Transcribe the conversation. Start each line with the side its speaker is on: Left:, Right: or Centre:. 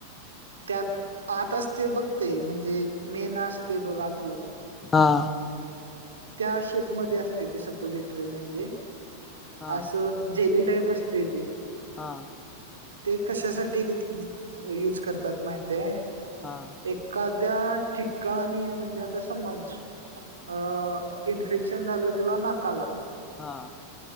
Right: त्यात आत असते बघ ते म्हणजे मेन असते बघ आतलं.
Left: हा
Right: त्या शेप मधे असते ते सपोजिटरी म्हणजे
Left: हा
Right: अस जेली टाईप असतेय ते
Left: हा
Right: ते कशासाठी यूज करतात माहितीये
Left: हा
Right: एखाद्या ठिकाणी म्हणजे आता समज अ इन्फेक्शन झालय तुला नाकाला
Left: हा